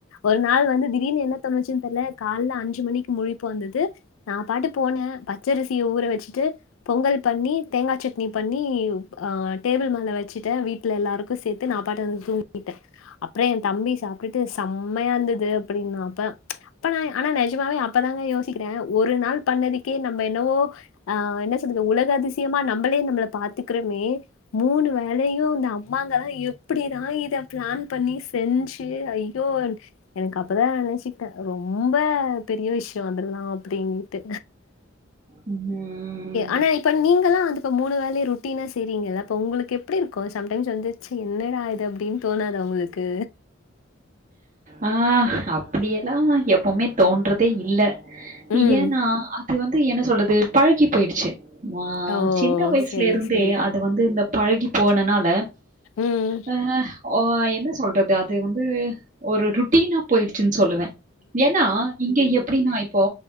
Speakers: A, on the left; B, on the right.
A: ஒரு நாள் வந்து திடீர்னு என்ன தொச்சுன்ன தெரல கால அஞ்சு மணிக்கு மொழி போ வந்தது நான் பாட்டு போனே பச்சரிசிய ஊற வச்சுட்டு பொங்கல் பண்ணி தேங்கா சட்னி பண்ணி ஆ டேபிள் மேல வச்சுட்டேன் வீட் ல எல்லாருக்கு சேர்த்து நான் பாட்டு வந்து தூங்கிட்டே அப்புறம் என் தம்பி சாப்ட்டுட்டு செம்மையா இருந்தது அப்படின்னாப்ப ஆனா நிஜமாவே அப்பதாங்க யோச சிக்கிர ஒரு நாள் பண்ணதுக்கே நம்ம என்னவோ ஆ என்ன உலக அதிசயமா நம்மளே நம்மள பாத்துக்கிறோமே மூணு வ வேலையும் இந்த அம்மாங்கதா எப் படிதான் இத பிளான் பண்ணி செஞ்சு ஐயோ எனக்கு அப்பதான் நினச்சிகிட்டே ரொம்ப ரொம்ப பெரிய விஷய அதெல்லா அப்படின்னுட்டு
B: ம்.
A: ஆனா இப்ப நீங்களா வந்து எப் மூணு வேலையு ருட்டீனா செய்றீங்களா உங்களுக்கு எப்படி இருக்கு சம்டைம்ஸ் வந்துச்ச என்னட இது அப்படின்னு தோணாதா உங்களுக்கு
B: ஆ அப்படியெல்லா எப்பவுமே தோன்றதே இல்ல
A: ம்
B: ஏன்னா அது வந்து என்ன சொல்றது பழகி போயிடுச்சு ஆ
A: ஓ
B: சின்ன வயசுல
A: செரி
B: இருந்தே
A: செரி
B: அது வந்து இந்த பழகி போனனால
A: ம்
B: அ ஆ என்ன சொல்றது அது வந்து தூ ஒரு ருட்டீனா போயிடுச்சுன்னு சொல்லுவே ஏன்னா இங்க எப்படின்னா இப்போ